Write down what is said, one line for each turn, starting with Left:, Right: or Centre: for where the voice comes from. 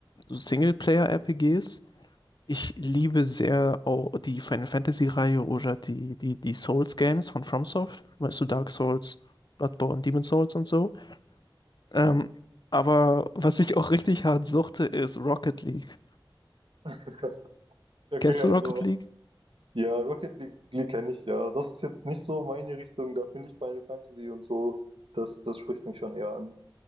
Left: so Singleplayer-RPGs. Ich liebe sehr auch die Final Fantasy-Reihe oder die, die, die Souls-Games von FromSoft. Weißt du, Dark Souls, Bloodborne, Demon Souls und so. Ähm, aber was ich auch richtig hart suchte, ist Rocket League.
Right: <laughs> Okay,
Left: Kennst
Right: also
Left: du Rocket League?
Right: ja, Rocket League, League kenne ich ja. Das ist jetzt nicht so meine Richtung, da finde ich Final Fantasy und so, das, das spricht mich schon eher an.